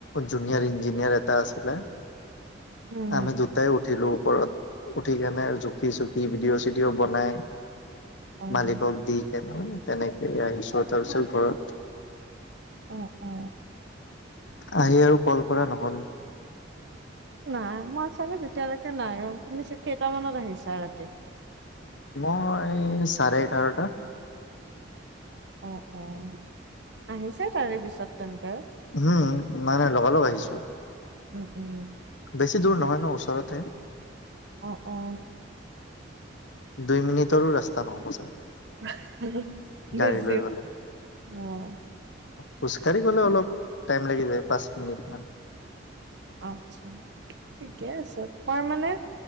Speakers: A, on the left; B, on the right.
A: জুনিয়ৰ ইঞ্জিনিয়াৰ এটা আছিলে
B: হম
A: আমি দুটাই উঠিলো ওপৰত উঠি কেনে জুখি চুখি ভিডিঅ' চিডিঅ' বনাই,
B: হম
A: মালিকক দি <unintelligible> তেনেকে আহিছো, তাৰপিছত ঘৰত
B: অ অ।
A: আহি আৰু কল কৰা নহ'ল।
B: নাই মই চাগে তেতিয়ালৈকে নাই অ, তুমি কেইটামানত আহিছা ৰাতি?
A: মই চাৰে এঘাৰটা।
B: অ' অ', আহিছে তাৰে পিছত তেন্তে।
A: উম, মানে লগা লগ আহিছো।
B: উম উম।
A: বেছি দূৰ নহয় ন, ওচৰতে।
B: অ' অ'।
A: দুই মিনিটৰো ৰাস্তা নহব চাগে।
B: <unintelligible>
A: গাড়ী
B: বেছি,
A: লৈ গ'লে
B: অ'।
A: খোজকাঢ়ি গলে অলপ টাইম লাগি যায়, পাঁচ মিনিট মান।
B: আচ্ছ, ঠিকে আছে। মই মানে,